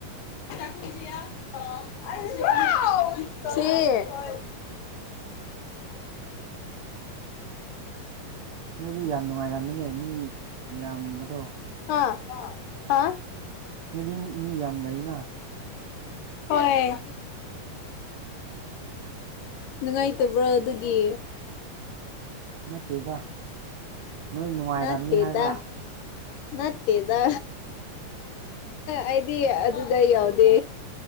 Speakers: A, on the left (about 80°); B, on the right (about 70°).
A: ꯁꯤ
B: ꯅꯣꯏꯗꯤ ꯌꯥꯝ ꯅꯨꯡꯉꯥꯏꯔꯝꯃꯤꯅꯦ ꯃꯤ ꯌꯥꯝꯕꯗꯣ
A: ꯍꯥꯥ ꯍꯥ
B: ꯅꫭꯏꯗꯤ ꯃꯤ ꯌꯥꯝ ꯂꯩꯅ
A: ꯍꯣꯏ ꯅꯨꯡꯉꯥꯏꯇꯕ꯭ꯔꯥ ꯑꯗꯨꯒꯤ
B: ꯅꯠꯇꯦꯗ ꯅꯣꯏ ꯅꯨꯡꯉꯥꯏꯔꯝꯅꯤ
A: ꯅꯥꯠꯇꯦꯗ
B: ꯍꯥꯏꯕ
A: ꯅꯠꯇꯦꯗ ꯑꯩꯗꯤ ꯑꯗꯨꯗ ꯌꯥꯎꯗꯦ